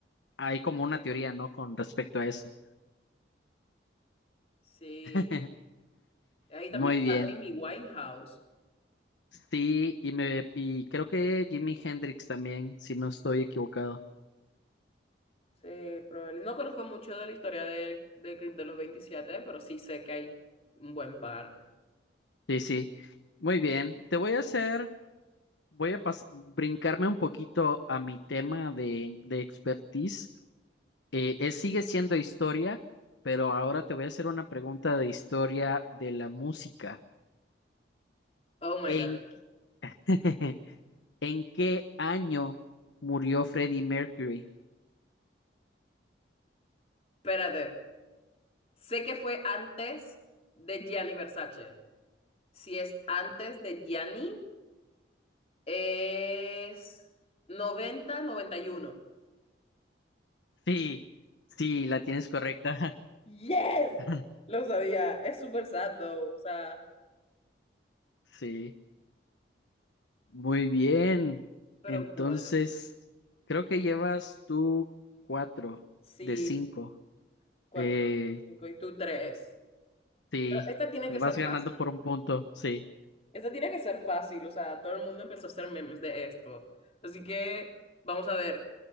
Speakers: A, on the left (about 80°); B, on the left (about 35°).
A: hay como una teoría, ¿no? Con respecto a eso.
B: Sí.
A: <laughs>
B: Ahí
A: Muy
B: también está
A: bien.
B: Amy Winehouse.
A: Sí, y, me, y creo que Jimi Hendrix también, si no estoy equivocado.
B: Sí, probablemente. No conozco mucho de la historia del, del Club de los 27, pero sí sé que hay un buen par.
A: Sí, sí. Muy bien. Te voy a hacer, voy a pas- brincarme un poquito a mi tema de, de expertise. Eh, es- sigue siendo historia, pero ahora te voy a hacer una pregunta de historia de la música.
B: Oh my
A: ¿En
B: God.
A: <laughs> ¿En qué año murió Freddie Mercury?
B: Espérate. Sé que fue antes de Gianni Versace. Si es antes de Gianni, Es noventa noventa y uno
A: Sí, sí, la tienes correcta.
B: Yes,
A: <laughs>
B: lo sabía. Es súper sad, though. O sea,
A: Sí, muy bien.
B: Pero
A: Entonces,
B: bueno,
A: creo que llevas tú cuatro
B: sí,
A: de cinco.
B: cuatro,
A: Eh,
B: cinco y tú tres.
A: sí,
B: Pero esta tiene
A: me
B: que
A: vas
B: ser
A: ganando
B: fácil.
A: por un punto. Sí,
B: Esta tiene que ser fácil. O sea, todo el mundo empezó a hacer memes de esto. Así que vamos a ver.